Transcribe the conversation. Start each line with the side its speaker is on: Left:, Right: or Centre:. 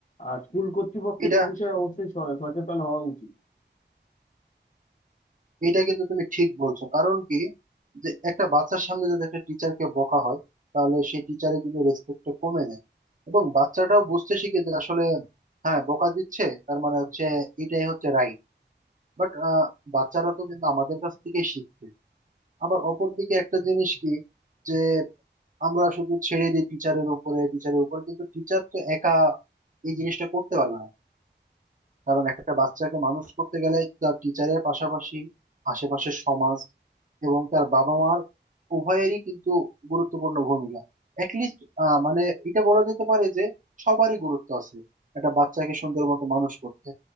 Left: আর স্কুল কর্তৃপক্ষের
Right: এটা
Left: এই বিষয়ে অবশ্যই স- সচেতন হওয়া উচিত
Right: এটা কিন্তু তুমি ঠিক বলছো কারণ কি যে একটা বাচ্চার সামনে যদি একটা টিচারকে বকা হয় তাহলে সেই টিচারের কিন্তু রেসপেক্টটা কমে যায় এবং বাচ্চাটাও বুঝতে শিখে যে আসলে হ্যাঁ বকা দিচ্ছে তার মানে হচ্ছে এটাই হচ্ছে রাইট বাট বাচ্চারা তো কিন্তু আমাদের কাছ থেকে শিখছে আবার অপরদিকে একটা জিনিস কি যে আমরা শুধু ছেড়ে দিই টিচারের উপরে টিচারের উপর কিন্তু টিচার তো একা এই জিনিসটা করতে পারবে না কারণ একটা বাচ্চাকে মানুষ করতে গেলে তার টিচারের পাশাপাশি আশেপাশের সমাজ এবং তার বাবা মার উভয়েরই কিন্তু গুরুত্বপূর্ণ ভূমিকা অ্যাটলিস্ট মানে এটা বলা যেতে পারে যে সবারই গুরুত্ব আছে একটা বাচ্চাকে সুন্দর মতো মানুষ করতে